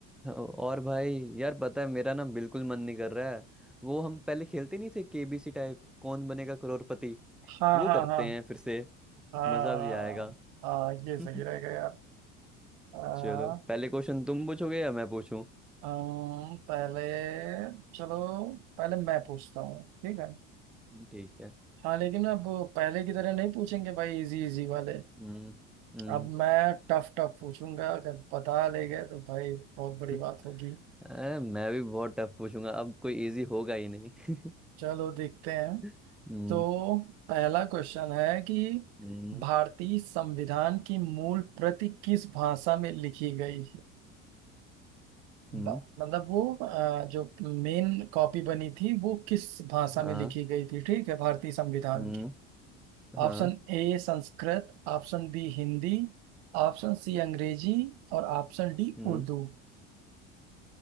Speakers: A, in the centre; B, on the right.
A: हाँ, और भाई यार पता है मेरा ना बिल्कुल मन नहीं कर रहा है वो हम पहले खेलते नहीं थे केबीसी टाइप कौन बनेगा करोड़पति
B: हाँ
A: वो
B: हाँ
A: करते
B: हाँ
A: हैं फिर से
B: हाँ
A: मजा भी आएगा
B: हाँ ये सही
A: <laughs>
B: रहेगा यार आ,
A: चलो पहले क्वेश्चन तुम पूछोगे या मैं पूछूं
B: अम, पहले चलो पहले मैं पूछता हूँ ठीक है
A: ठीक है
B: हाँ लेकिन अब पहले की तरह नहीं पूछेंगे भाई इजी इजी वाले
A: हम्म हम्म
B: अब मैं टफ टफ पूछूंगा अगर बता ले गए तो भाई बहुत
A: <laughs>
B: बड़ी बात होगी
A: अरे, मैं भी बहुत टफ पूछूंगा अब कोई इजी होगा ही नहीं
B: चलो देखते हैं
A: <laughs> हम्म
B: तो पहला क्वेश्चन है कि
A: हम्म
B: भारतीय संविधान की मूल प्रति किस भाषा में लिखी गई ब-
A: हम्म,
B: मतलब वो अ, जो मेन कॉपी बनी थी वो किस भाषा
A: हाँ
B: में लिखी गई थी ठीक है भारतीय संविधान
A: हम्म
B: की
A: हाँ
B: Option A Sanskrit option B Hindi option C Angrezi और ऑप्शन डी
A: हम्म
B: उर्दू